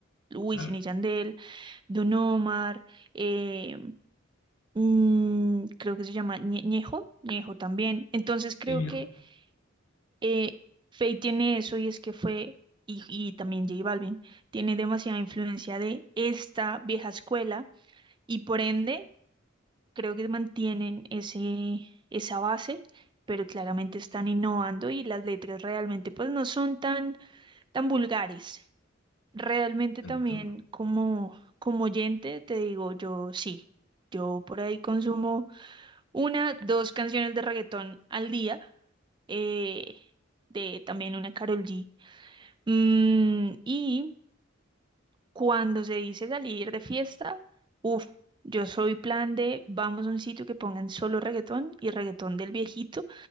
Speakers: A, on the right; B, on the left.
A: Wisin
B: claro.
A: y Yandel, Don Omar, eh, mm, creo que se llama Ñe- Ñejo, Ñejo también. Entonces creo
B: Sí, viejo,
A: que eh, Faye tiene eso y es que fue, y, y también J Balvin, tiene demasiada influencia de esta vieja escuela y por ende creo que mantienen ese, esa base, pero claramente están innovando y las letras realmente pues no son tan, tan vulgares. Realmente
B: entiendo.
A: también como, como oyente te digo yo sí, yo por ahí consumo una, dos canciones de reggaetón al día, eh, de también una Karol G Mm, y cuando se dice salir de fiesta, uff, yo soy plan de vamos a un sitio que pongan solo reggaetón y reggaetón del viejito